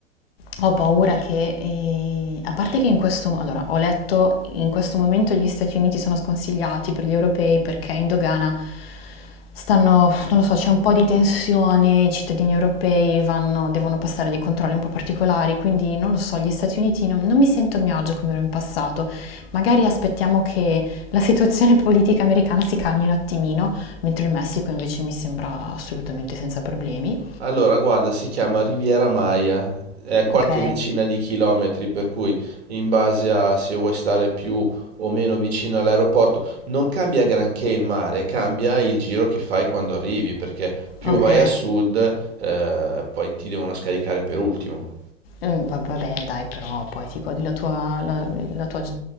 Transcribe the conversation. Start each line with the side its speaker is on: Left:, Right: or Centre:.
Left: ho paura che, eh, a parte che in questo, allora, ho letto in questo momento gli Stati Uniti sono sconsigliati per gli europei perché in dogana stanno, non lo so, c'è un po' di tensione, i cittadini europei vanno, devono passare dei controlli un po' particolari, quindi non lo so, gli Stati Uniti non, non mi sento a mio agio come ero in passato. Magari aspettiamo che la situazione politica americana si calmi un attimino, mentre il Messico invece mi sembra assolutamente senza problemi.
Right: Allora, guarda, si chiama Riviera Maya, è a qualche
Left: Ok,
Right: decina di chilometri, per cui in base a se vuoi stare più o meno vicino all'aeroporto, non cambia granché il mare, cambia il giro che fai quando arrivi, perché più
Left: ok.
Right: vai a sud, eh, poi ti devono scaricare per ultimo.
Left: Mm, va- Vabbè, dai, però poi ti godi la tua, la, la tua gi-